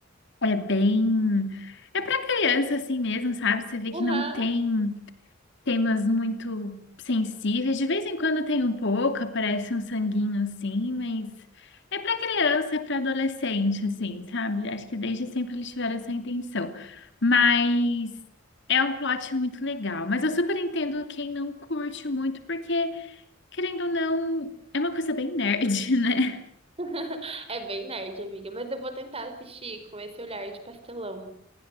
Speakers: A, on the left; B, on the right.
A: é bem. É pra criança assim mesmo, sabe? Você vê
B: Aham.
A: que não tem temas muito sensíveis. De vez em quando tem um pouco, aparece um sanguinho assim, mas é para criança, é para adolescente, assim, sabe? Acho que desde sempre eles tiveram essa intenção. Mas é um plot muito legal. Mas eu super entendo quem não curte muito, porque, querendo ou não, é uma coisa bem nerd, <laughs> né?
B: <laughs> É bem nerd, amiga, mas eu vou tentar assistir com esse olhar de pastelão